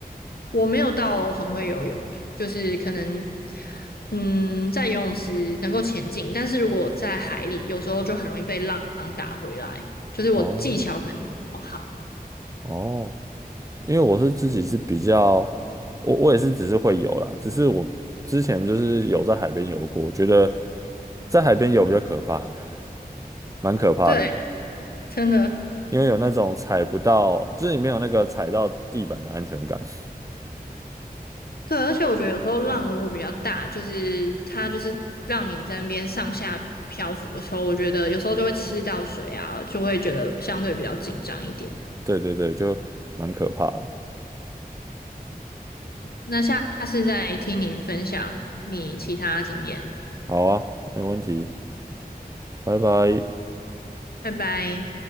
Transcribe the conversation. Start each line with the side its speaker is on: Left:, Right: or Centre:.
Left: 我没有到很会游泳，就是可能嗯在游泳池能够前进，但是如果在海里，有时候就很容易被浪打回来，就是我技巧可能没有那么好。
Right: 哦哦，因为我是自己是比较，我我也是只是会游啦，只是我之前就是有在海边游过，觉得在海边游比较可怕，<laughs> 蛮可怕的，
Left: 对，真的，
Right: 因为有那种踩不到，就是你没有那个踩到地板的安全感。<laughs>
Left: 对，而且我觉得有时候浪如果比较大，就是它就是让你在那边上下漂浮的时候，我觉得有时候就会吃到水啊，就会觉得相对比较紧张一点。
Right: 对对对，就蛮可怕的。
Left: 那下次再听你分享你其他经验，
Right: 好啊，没问题，拜拜。
Left: 拜拜。